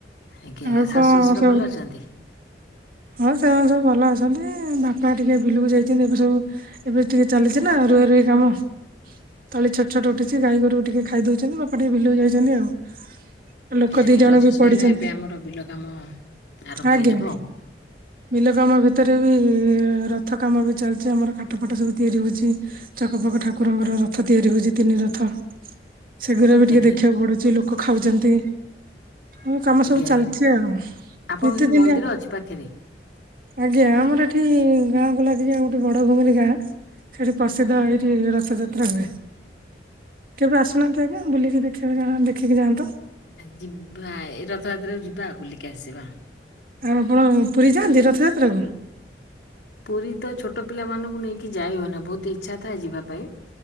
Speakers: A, on the left; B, on the right.
A: ଆଜ୍ଞା ଆଜ୍ଞା
B: ଆଉ କଣ
A: ଶାଶୁ ଶଶୁର
B: ସବୁ
A: ଭଲ ଅଛନ୍ତି?
B: ହଁ ସେମାନେ ସବୁ ଭଲ ଅଛନ୍ତି ବାପା ଟିକେ ବିଲକୁ ଯାଇଛନ୍ତି ଏବେ ସବୁ ଏବେ ଟିକେ ଚାଲିଛି ନା ରୁଆ ରୁଇ କାମ। ତଳି ଛୋଟ ଛୋଟ ଉଠଛି ଗାଈଗୋରୁ ଟିକେ ଖାଇଦେଉଛନ୍ତି ବାପା ଟିକେ ବିଲକୁ ଯାଇଛନ୍ତି ଆଉ। ଲୋକ
A: ଆଜ୍ଞା ଆଜ୍ଞା
B: ଦି ଜଣ
A: ରଜ
B: ବି
A: ସରିଲା
B: ପଡିଛନ୍ତି
A: ଏବେ ଆମର ବିଲ କାମ ଆରମ୍ଭ
B: ଆଜ୍ଞା।
A: ହେଇଯିବ ଆଉ।
B: ବିଲ କାମ ଭିତରେ ବି ରଥ କାମ ବି ଚାଲିଛି ଆମର କାଠ ଫାଠ ସବୁ ତିଆରି ହେଉଛି। ଚକ ପକ ଠାକୁରଙ୍କର ରଥ ତିଆରି ହଉଛି ତିନି ରଥ। ସେଗୁଡ଼ା ବି ଟିକେ
A: ଆଜ୍ଞା
B: ଦେଖିବାକୁ ପଡୁଛି ଲୋକ ଖାଉଛନ୍ତି। ମୋ କାମ
A: ଆଜ୍ଞା
B: ସବୁ ଚାଲିଛି
A: ଆଜ୍ଞା
B: ଆଉ
A: ଆପଣଙ୍କ
B: ଏତେ
A: ସେଠି
B: ଦିନ
A: ମନ୍ଦିର ଅଛି ପାଖରେ।
B: ଆଜ୍ଞା ଆମର ଏଠି ଗାଁକୁ ଲାଗିଚି ଆଉ ଗୋଟେ ବଡ ଘୁମିରି ଗାଁ। ସେଠି ପ୍ରସିଦ୍ଧ
A: ଆଜ୍ଞା
B: ଏଇଠି ରଥଯାତ୍ରା ହୁଏ। କେବେ ଆସୁନାହାନ୍ତି ଆଜ୍ଞା ବୁଲିକି ଦେଖିବା ଦେଖିକି ଯାଆନ୍ତ।
A: ଯିବା ଏ ରଥଯାତ୍ରାକୁ ଯିବା ଆଉ ବୁଲିକି ଆସିବା।
B: ଆଉ ଆପଣ ପୁରୀ ଯାଆନ୍ତି ରଥଯାତ୍ରାକୁ?
A: ପୁରୀ ତ ଛୋଟ ପିଲାମାନଙ୍କୁ ନେଇକି ଯାଇ ହୁଏନା ବହୁତ ଇଛା ଥାଏ ଯିବାପାଇଁ।